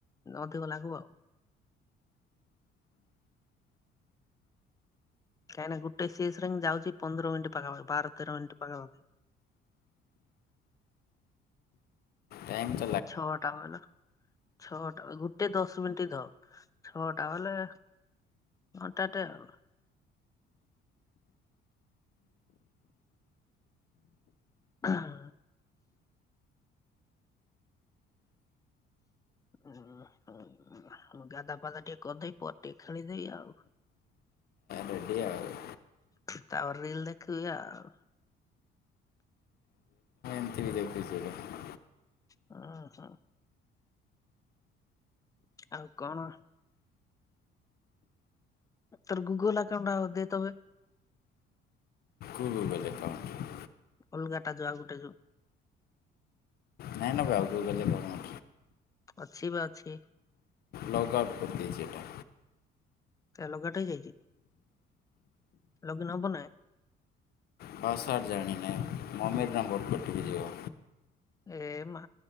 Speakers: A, on the left (about 20°); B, on the left (about 65°).
A: ଅଧିକ ଲାଗିବ ଆଉ। କାଣେ ଗୋଟେ ସେଷରେ ଯାଉଛି ପନ୍ଦର ମିନିଟ ପାଖା ପାଖି ବାର ତେର ମିନିଟ୍ ପାଖା ପାଖି।
B: <unintelligible>
A: ଛଅଟା ବଲେ ଛଅଟା ଗୋଟେ ଦଶ ମିନିଟ ଧ। ଛଅଟା ବୋଲେ ଘଣ୍ଟା ଟେ ଆଉ। <inaudible> <unintelligible> ଗାଧା ପାଧା ଟିକେ କରିଦେଇ ପର ଟିକେ ଖେଳିଦେଇ ଆଉ।
B: ରେଡି ଆଉ।
A: ତାପରେ ରିଲ ଦେଖିବି ଆଉ।
B: <unintelligible>
A: ଅ ହଁ। ଆଉ କଣ? ତର ଗୁଗଲ ଆକାଉଣ୍ଟ ଆଉ ଦେ ତବେ।
B: <unintelligible>
A: ଅଲଗାଟା ଯୋଉ ଆଉ ଗୋଟେ ଯୋଉ।
B: ନାଇଁ ନବେ ଆଉ। <unintelligible>
A: ଅଛି ବା ଅଛି।
B: ଲଗ ଆଉଟ କରିଦେଇଛି ଏଟା।
A: ତା ଲଗ୍ ଆଉଟ୍ ହେଇ ଯାଇଛି। ଲଗଇନ୍ ହବ ନା।
B: ପାସ୍ୱାର୍ଡ ଜାଣିନେ। ମମର ନମ୍ବର କଟିିକି ଯିବ।
A: ଏ ମା